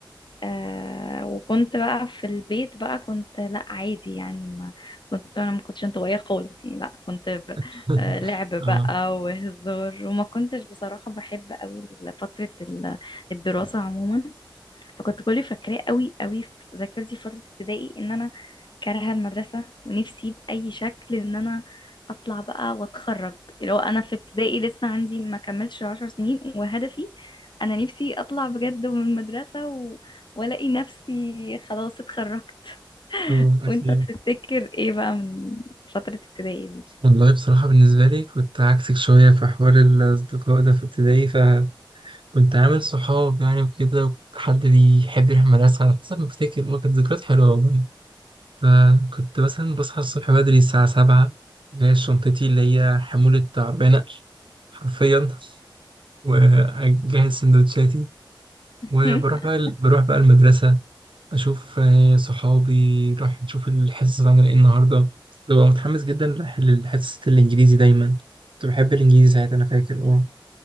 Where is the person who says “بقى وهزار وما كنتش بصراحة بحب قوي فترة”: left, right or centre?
Left